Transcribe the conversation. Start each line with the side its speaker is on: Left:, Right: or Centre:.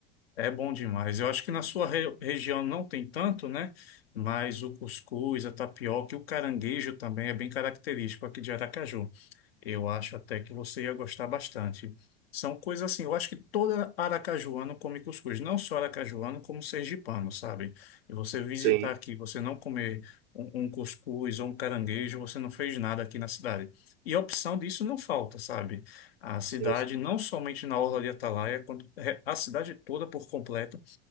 Left: É bom demais. Eu acho que na sua re- região não tem tanto, né? Mas o cuscuz, a tapioca e o caranguejo também é bem característico aqui de Aracaju. Eu acho até que você ia gostar bastante. São coisas assim, eu acho que toda aracajuano come cuscuz, não só aracajuano, como sergipano, sabe? E você visitar
Right: Sim,
Left: aqui, você não comer um, um cuscuz ou um caranguejo, você não fez nada aqui na cidade. E a opção disso não falta, sabe? A cidade,
Right: sim, sim.
Left: não somente na Orla de Atalaia, quanto- é, a cidade toda por completo,